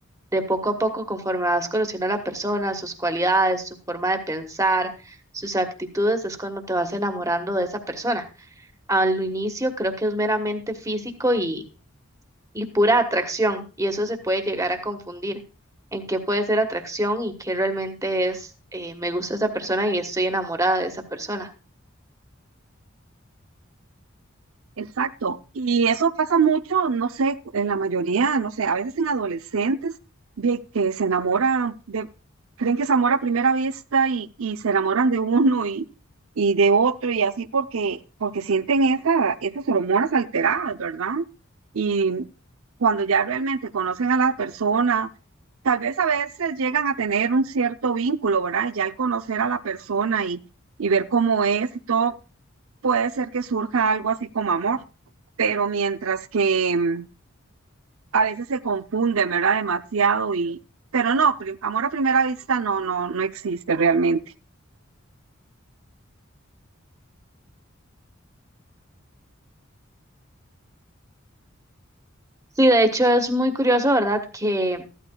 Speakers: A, on the right; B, on the right.
A: de poco a poco, conforme vas conociendo a la persona, sus cualidades, su forma de pensar, sus actitudes, es cuando te vas enamorando de esa persona. Al inicio creo que es meramente físico y, y pura atracción, y eso se puede llegar a confundir en qué puede ser atracción y qué realmente es, eh, me gusta esa persona y estoy enamorada de esa persona.
B: Exacto. Y eso pasa mucho, no sé, en la mayoría, no sé, a veces en adolescentes de que se enamoran, de, creen que se amor a primera vista y, y se enamoran de uno y, y de otro y así porque, porque sienten esa, esas hormonas alteradas, ¿verdad? Y cuando ya realmente conocen a la persona, tal vez a veces llegan a tener un cierto vínculo, ¿verdad? Y ya al conocer a la persona y, y ver cómo es y todo puede ser que surja algo así como amor, pero mientras que mm, a veces se confunden, ¿verdad? Demasiado y, pero no, pri- amor a primera vista no, no, no existe realmente.
A: Sí, de hecho es muy curioso, ¿verdad? Que